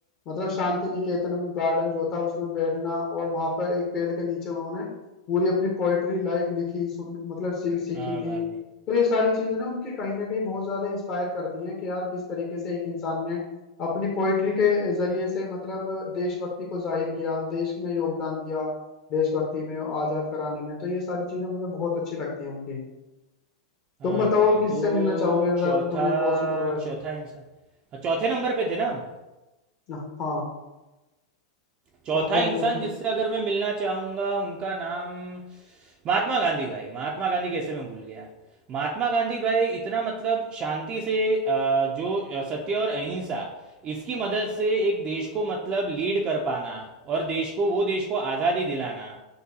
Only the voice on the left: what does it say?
मतलब शांति निकेतन में गार्डन जो था उसमें बैठना और वहां पर एक पेड़ के नीचे उन्होंने पूरी अपनी पोइट्री लाइव लिखी सुन मतलब सी, सीखी
थी
तो ये सारी चीजें ना उनकी कहीं ना कहीं बहुत ज्यादा इंस्पायर करती हैं कि यार किस तरीके से एक इंसान ने अपनी पोइट्री के जरिए से मतलब देशभक्ति को जाहिर किया देश में योगदान दिया देशभक्ति में आजाद कराने में तो ये सारी चीजें मुझे बहुत अच्छी लगती हैं उनकी
तुम बताओ
और किससे
मिलना चाहोगे अगर
तुम्हें पॉसिबल हो ऐसे
हाँ
चौथे नंबर
पे